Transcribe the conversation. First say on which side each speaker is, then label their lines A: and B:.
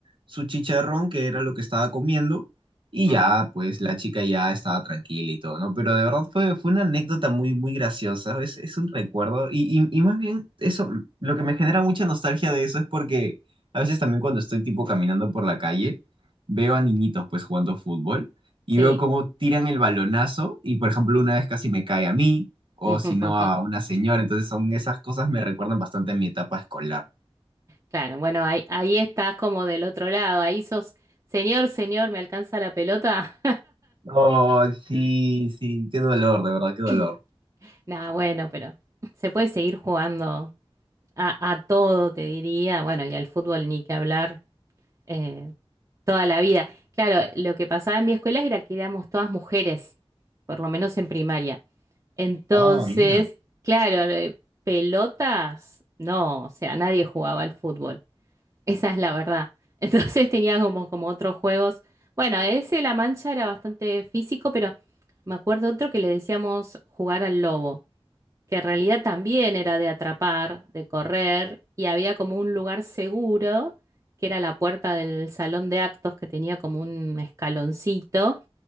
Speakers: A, on the right; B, on the right.
A: su chicharrón, que era lo que estaba comiendo. Y
B: ujú,
A: ya, pues la chica ya estaba tranquila y todo, ¿no? Pero de verdad fue, fue una anécdota muy, muy graciosa, es, es un recuerdo. Y, y, y más bien, eso, lo que me genera mucha nostalgia de eso es porque a veces también cuando estoy tipo caminando por la calle, veo a niñitos pues jugando fútbol y
B: Sí.
A: veo cómo tiran el balonazo y por ejemplo una vez casi me cae a mí o
B: <laughs>
A: si no a una señora, entonces son esas cosas me recuerdan bastante a mi etapa escolar.
B: Claro, bueno, ahí, ahí estás como del otro lado, ahí sos, señor, señor, ¿me alcanza la pelota?
A: Oh, sí, sí, qué dolor, de verdad, qué dolor.
B: <laughs> Nada, bueno, pero se puede seguir jugando a, a todo, te diría, bueno, y al fútbol ni que hablar eh, toda la vida. Claro, lo que pasaba en mi escuela era que éramos todas mujeres, por lo menos en primaria. Entonces,
A: Ah, mira.
B: claro, eh, pelotas, no, o sea, nadie jugaba al fútbol. Esa es la verdad. <laughs> Entonces tenía como, como otros juegos. Bueno, ese La Mancha era bastante físico, pero me acuerdo otro que le decíamos jugar al lobo, que en realidad también era de atrapar, de correr, y había como un lugar seguro, que era la puerta del salón de actos, que tenía como un escaloncito.